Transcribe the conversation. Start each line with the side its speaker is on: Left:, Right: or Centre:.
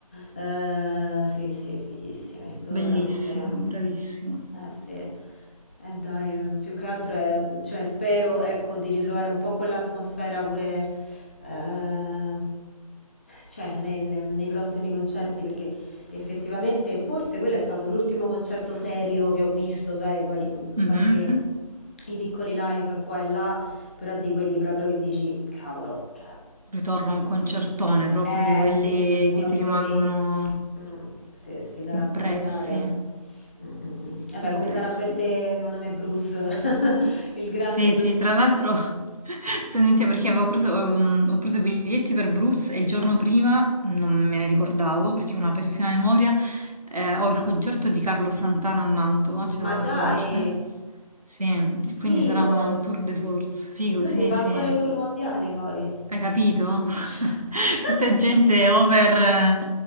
Left: eh, sì, sì, fighissimi, loro
Right: Bellissimo,
Left: veramente...
Right: bravissimo.
Left: Eh sì, eh dai, più che altro è, cioè, spero ecco, di ritrovare un po' quell'atmosfera pure eh, cioè, nei, nei- nei prossimi concerti perché effettivamente forse quello è stato l'ultimo concerto serio che ho visto, sai, poi mh, a
Right: Mhm.
Left: parte i piccoli live qua e là, però di quelli proprio che dici, cavolo, cioè,
Right: Ritorno
Left: ho visto.
Right: a un concertone proprio
Left: Eh
Right: di quelli
Left: sì, sì, uno
Right: che ti
Left: di
Right: rimangono
Left: quelli, mm, sì, sì, da
Right: impressi,
Left: raccontare. Mm, mm, mm. Vabbè,
Right: impressi.
Left: come sarà per te, secondo me, Bruce, <laughs> il grande
Right: Sì,
Left: Bruce.
Right: sì, tra l'altro <laughs> sono venuta perché avevo preso, ehm, ho preso i biglietti per Bruce e il giorno prima non me ne ricordavo perché ho una pessima memoria. eh, ho il concerto di Carlo Santana a Mantova, c'è
Left: Ma
Right: dall'altra
Left: dai,
Right: parte. Sì, e quindi
Left: figo,
Right: sarà una- un tour de force. Figo,
Left: lui
Right: sì,
Left: si fa
Right: sì.
Left: ancora i tour mondiali poi.
Right: Hai capito? <laughs>
Left: Cioè. <laughs>
Right: Tutta gente over, eh,